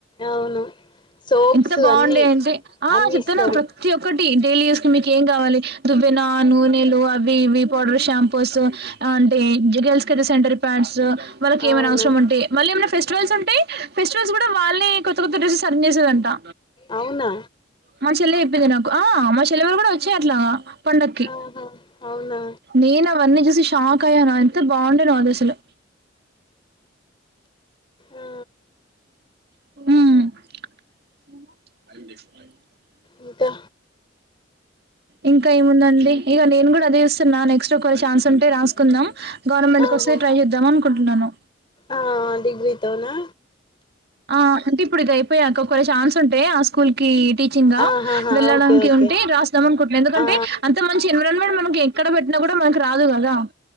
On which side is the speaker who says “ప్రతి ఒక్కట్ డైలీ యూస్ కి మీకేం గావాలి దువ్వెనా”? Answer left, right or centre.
Right